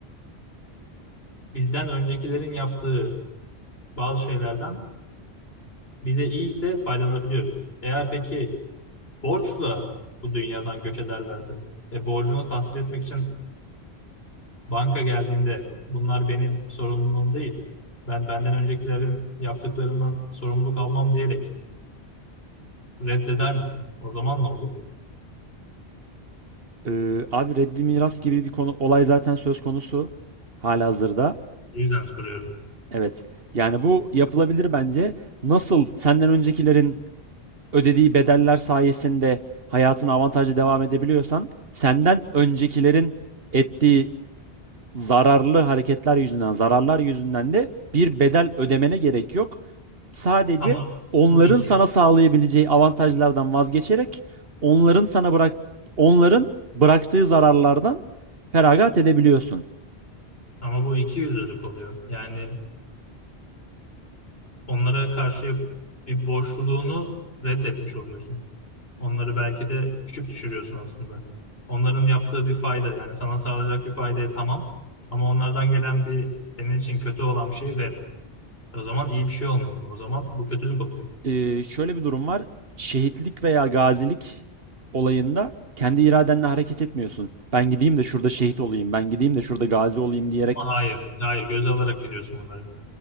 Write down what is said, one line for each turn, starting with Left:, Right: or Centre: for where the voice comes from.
Left: bizden öncekilerin yaptığı bazı şeylerden bize iyi ise faydalanabiliyoruz. Eğer peki borçla bu dünyadan göç ederlerse ve borcunu tahsil etmek için banka geldiğinde bunlar benim sorumluluğum değil. Ben benden öncekilerin yaptıklarından sorumluluk almam diyerek reddeder misin? O zaman ne olur?
Right: Ee, abi reddi miras gibi bir konu olay zaten söz konusu halihazırda.
Left: O yüzden soruyorum.
Right: Evet. Yani bu yapılabilir bence. Nasıl senden öncekilerin ödediği bedeller sayesinde hayatına avantajlı devam edebiliyorsan, senden öncekilerin ettiği zararlı hareketler yüzünden, zararlar yüzünden de bir bedel ödemene gerek yok. Sadece
Left: Ama
Right: onların
Left: bu iki
Right: sana sağlayabileceği avantajlardan vazgeçerek onların sana bırak onların bıraktığı zararlardan feragat edebiliyorsun.
Left: ama bu iki yüzlülük oluyor. Yani onlara karşı bir borçluluğunu reddetmiş oluyorsun. Onları belki de küçük düşürüyorsun aslında. Onların yaptığı bir fayda yani sana sağlayacak bir faydaya tamam ama onlardan gelen bir senin için kötü olan bir şey red. O zaman iyi bir şey olmuyor bu. O zaman bu kötülük oluyor.
Right: Ee, şöyle bir durum var. Şehitlik veya gazilik olayında kendi iradenle hareket etmiyorsun. Ben gideyim de şurada şehit olayım, ben gideyim de şurada gazi olayım diyerek.
Left: Ama hayır, hayır göze alarak gidiyorsun bunları.